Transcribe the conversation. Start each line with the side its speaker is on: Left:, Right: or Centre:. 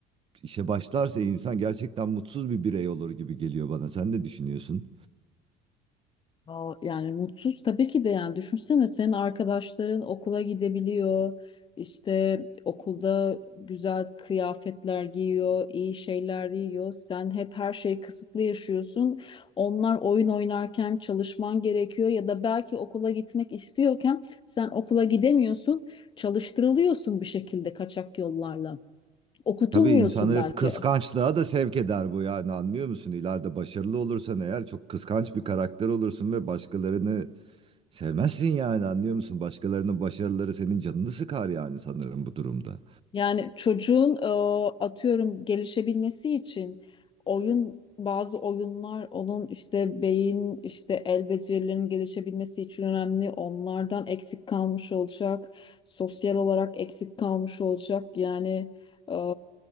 Right: işe başlarsa insan gerçekten mutsuz bir birey olur gibi geliyor bana. Sen ne düşünüyorsun?
Left: Aa, Yani mutsuz tabii ki de yani düşünsene senin arkadaşların okula gidebiliyor. işte okulda güzel kıyafetler giyiyor, iyi şeyler yiyor. Sen hep her şeyi kısıtlı yaşıyorsun. Onlar oyun oynarken çalışman gerekiyor ya da belki okula gitmek istiyorken sen okula gidemiyorsun. Çalıştırılıyorsun bir şekilde kaçak yollarla. Okutulmuyorsun
Right: Tabii insanı
Left: belki.
Right: kıskançlığa da sevk eder bu yani anlıyor musun? İleride başarılı olursan eğer çok kıskanç bir karakter olursun ve başkalarını sevmezsin yani anlıyor musun? Başkalarının başarıları senin canını sıkar yani sanırım bu durumda.
Left: Yani çocuğun e, atıyorum gelişebilmesi için oyun bazı oyunlar onun işte beyin işte el becerilerinin gelişebilmesi için önemli. Onlardan eksik kalmış olacak. Sosyal olarak eksik kalmış olacak. Yani e,